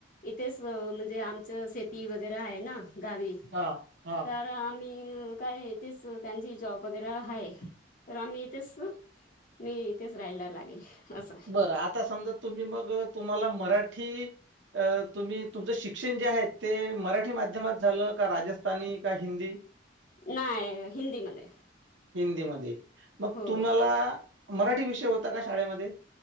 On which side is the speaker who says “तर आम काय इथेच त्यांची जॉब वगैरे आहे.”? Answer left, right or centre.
Left